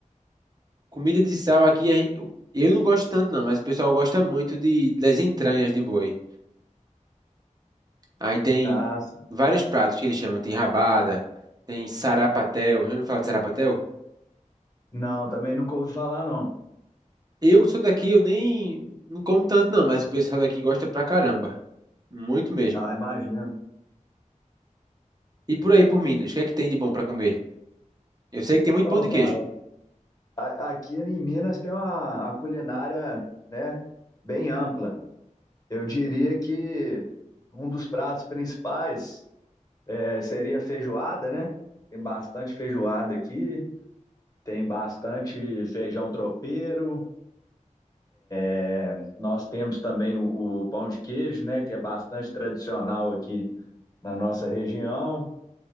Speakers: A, on the right; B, on the left.
A: Comida de sal aqui, a gen- eu não gosto tanto não, mas o pessoal gosta muito de, das entranhas de boi. Aí tem
B: Ah, sim.
A: vários pratos que eles chamam. Tem rabada, tem sarapatel. Já ouviu falar de sarapatel?
B: não, também nunca ouvi falar, não.
A: Eu que sou daqui, eu nem não como tanto não, mas o pessoal daqui gosta pra caramba. Muito mesmo.
B: Ah, imagino.
A: E por aí, por Minas, o que é que tem de bom pra comer? Eu sei que tem
B: Então,
A: muito pão de
B: cara,
A: queijo.
B: a- aqui em Minas tem uma, a culinária, né, bem ampla. Eu diria que um dos pratos principais eh, seria a feijoada, né? Tem bastante feijoada aqui, tem bastante feijão tropeiro. é, Nós temos também o, o pão de queijo, né, que é bastante tradicional aqui na nossa região.